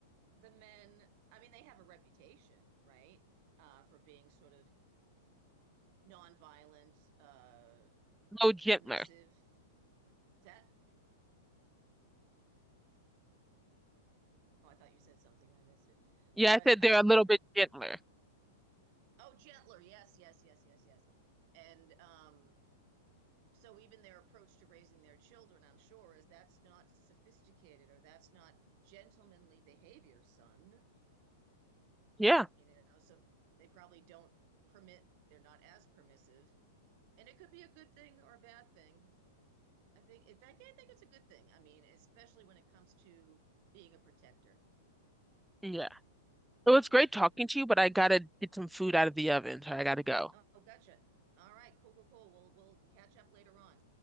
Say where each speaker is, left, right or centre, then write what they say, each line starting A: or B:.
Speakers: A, on the right (about 40°); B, in the centre.
A: the men. I mean, they have a reputation, right, uh, for being sort of nonviolent, uh,
B: no gentler.
A: submissive. Is that? Oh, I thought you said something. and I missed it.
B: Yeah,
A: But
B: I said
A: I,
B: they're a little
A: I.
B: bit gentler.
A: Oh, gentler. Yes, yes, yes, yes, yes. And um, so even their approach to raising their children, I'm sure, is that's not sophisticated or that's not gentlemanly behavior, son.
B: Yeah,
A: you know so they probably don't permit they're not as permissive and it could be a good thing or a bad thing i think i think, I think it's a good thing i mean especially when it comes to being a protector
B: yeah. It was great talking to you, but I gotta get some food out of the oven, so I gotta go.
A: oh gotcha all right cool cool cool we'll we'll catch up later on